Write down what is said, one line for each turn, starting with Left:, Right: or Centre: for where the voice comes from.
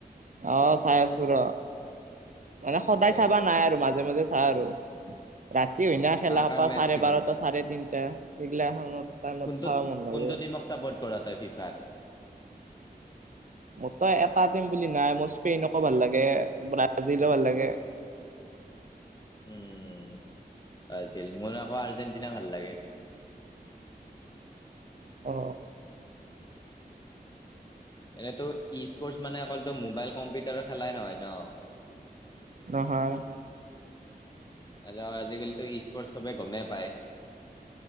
Right: অ চাই আছো ৰ মানে সদায়
Left: এ
Right: চাবা নাই আৰু মাজে মাজে চাওঁ আৰু ৰাতি হৈ না খেলা
Left: কাৰ
Right: সোপা
Left: কাৰ মেচ
Right: চাৰে
Left: কিখান
Right: বাৰটা চাৰে তিনিটা সেইগিলা খানৰ টাইমত
Left: কোনটোত
Right: চাবা মন নাযায়।
Left: কোনটো টিমক চাপৰ্ট কৰা তই ফিফাত
Right: মোৰ তো এটা টিম বুলি নাই মোৰ স্পেইনকো ভাল লাগে ব্ৰাজিলো ভাল লাগে।
Left: উম আছিল মই নাইকোৱা আৰ্জেণ্টিনা ভাল লাগে।
Right: অ
Left: এনেতো স্পৰ্টচ মানে অকলতো মোবাইল কম্পিউটাৰৰ খেলাই নহয় ন।
Right: নহয়
Left: আৰু আজিকালিতো ম্পৰ্ট চবে গমেই পায়।